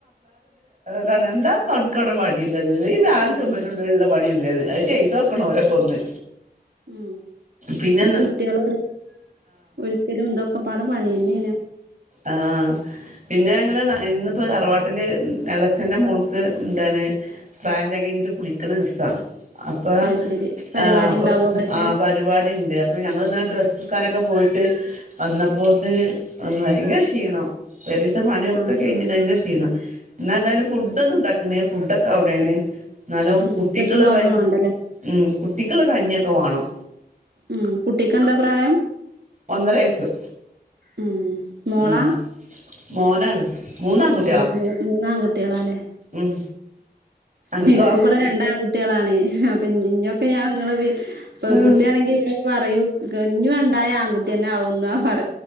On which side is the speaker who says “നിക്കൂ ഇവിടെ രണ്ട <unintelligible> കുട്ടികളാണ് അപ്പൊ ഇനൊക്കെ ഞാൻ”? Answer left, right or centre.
Right